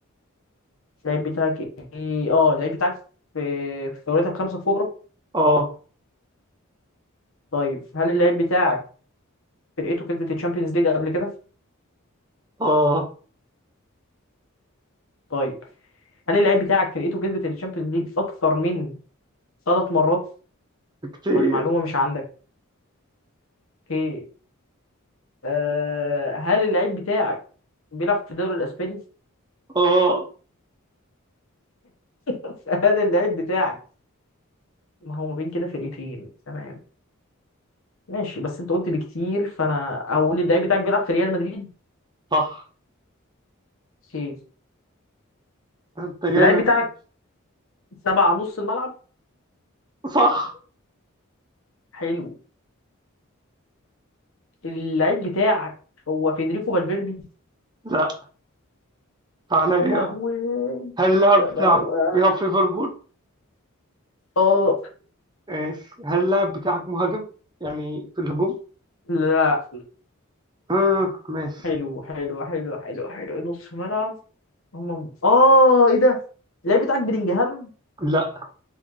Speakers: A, on the left; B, on the right.
A: اللعيب بتاعك ايه اه اللعيب بتاعك في في الدوريات الخمسة الكبرى
B: آه
A: طيب هل اللعيب بتاعك فرقته كسبت الشامبيونز ليج قبل كده
B: آه
A: طيب هل اللعيب بتاعك فرقته كسبت الشامبيونز ليج اكتر من ثلاث مرات
B: كتير
A: ولا معلومة مش عندك اوكي أه هل اللعيب بتاعك بيلعب في الدوري الاسباني
B: آه
A: <laughs> هل اللعيب بتاعك ما هو ما بين كده فرقتين تمام ماشي بس انت قلت بكتير فانا هقول اللعيب بتاعك بيلعب في ريال مدريد
B: صح
A: اوكي
B: أنت جامد
A: اللعيب بتاعك
B: يعني.
A: تبع نص الملعب
B: صح
A: حلو اللعيب بتاعك هو فيدريكو فالفيردي
B: لا تعالى
A: يا
B: لي
A: لهوي
B: بقى هل اللاعب
A: يا لهوي
B: بتاعك بيلعب في ليفربول؟
A: اه
B: ماشي هل اللاعب بتاعك مهاجم؟ يعني في الهجوم؟
A: لا
B: آه ماشي
A: حلو حلو حلو حلو حلو نص ملعب هم اه ايه ده اللعيب بتاعك بلينجهام
B: لا